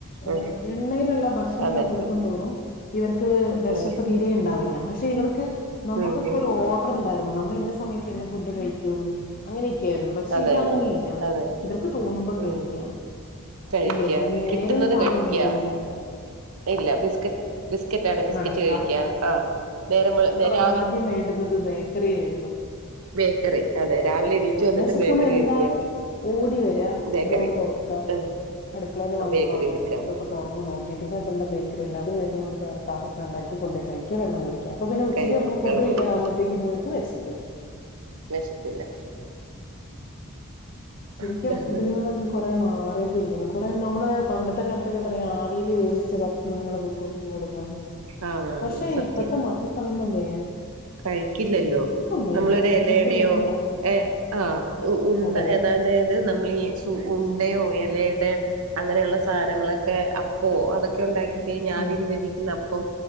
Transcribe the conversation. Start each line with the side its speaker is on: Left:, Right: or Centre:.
Left: ആ
Right: ഉം
Left: എണ്ണയിലുള്ള ഭക്ഷണങ്ങള്
Right: അതെ
Left: കൊടുക്കുന്തോറും ഇവർക്ക് ക്ക് വെശപ്പ്
Right: ഉം
Left: തീരെ ണ്ടാവില്ല പക്ഷെ ഇവർക്ക് നമ്മക്കൊക്കൊര്
Right: ഉം ഉം
Left: ഓഡ്റ് ണ്ടാരുന്നു നമ്മള് ഇന്ന സമയത്ത് ഇന്ന ഫുഡ് കഴിക്കോള്ളൂ അങ്ങനെ ക്കെയാര്ന്നു പക്ഷെ
Right: അതെ
Left: ഇതങ്ങനെ
Right: അതെ
Left: ഇല്ല
Right: അതെ
Left: ഇവർക്ക് തോന്നുമ്പോ കഴിക്കാ
Right: ഉം കഴിക്ക
Left: ഇല്ലേ നേരും
Right: കിട്ടുന്നത്
Left: കാലോന്നൂല്ല്യ.
Right: കഴിക്ക ഇല്ല ബിസ്ക്കറ്റ് ബിസ്കറ്റാണെ ബിസ്ക്കറ്റ്
Left: നടക്കുക
Right: കഴിക്കാ ആ നേരം വെ നേരം
Left: ക്കാദ്യം വേണ്ടുന്നത് ബേക്കറി വേണ്ടൂ
Right: ബേക്കറി അതെ രാവിലെ എണീറ്റ്
Left: ആ
Right: വന്നിട്ട്
Left: വെശക്കുമ്പോ
Right: ബേക്കറി
Left: എന്താ
Right: കഴിക്കുക
Left: ഓടിവര്യാ
Right: ബേക്കറി
Left: ഡോറ് തൊറക്കാ
Right: ആഹ്
Left: അടുക്കളേല് വന്ന്
Right: ബേക്കറി
Left: വാതിലൊക്കെ
Right: എടുക്കുക
Left: ഇതൊക്കെ തൊറന്ന് നോക്കീട്ട് ഇതിനാത്ത്ന്താ ബേ ക്കറിയുള്ളെ അത് വേഗമൊരു പ പാത്രത്തിനകത്താക്കി കൊണ്ടോയി കഴിക്കാ വെള്ളം കുടിക്കാ ഇപ്പോ പിന്നെ ഉച്ചയ്ക്ക്
Right: കഴിക്കും
Left: <unintelligible> ഫുഡ്
Right: വെള്ളം
Left: കഴിക്കാറാകുമ്പോത്തേക്ക്
Right: കുടിക്കുക
Left: ഇത്ങ്ങക്ക് വെശപ്പില്ല
Right: വിശപ്പില്ല
Left: ശരിക്കും
Right: ഇതാണ്
Left: ഇതിൽ നിന്നൊക്കെ കൊറേ മാ റേണ്ടിരിക്കുന്നു കൊറേ നമ്മള് പണ്ടത്തെ കാലത്തൊക്കെ പറയും ആവിയില് വേവിച്ച ഭക്ഷണങ്ങള് കുട്ടികൾക്ക് കൊടുക്കണം
Right: ആഹ്
Left: പക്ഷെ
Right: സത്യം
Left: ഇപ്പത്തെ മക്കക്കതൊന്നും വേ
Right: കഴിക്കില്ലല്ലോ
Left: വേണ്ട
Right: നമ്മളൊരെലയടയോ
Left: അതുങ്ങൾക്ക് വേണ്ട
Right: ഏ ആഉ ഉ ഉണ്ട
Left: അതെ അതെ
Right: <unintelligible> ത് നമ്മള് ഈ സു ഉണ്ടയോ എലയട അങ്ങനെയുള്ള സാനങ്ങളൊക് ക്കെ അപ്പോ അതൊക്കെ ഒണ്ടാക്കി കയിഞ്ഞാവീല്
Left: ഉം
Right: വേവിക്കുന്ന അപ്പം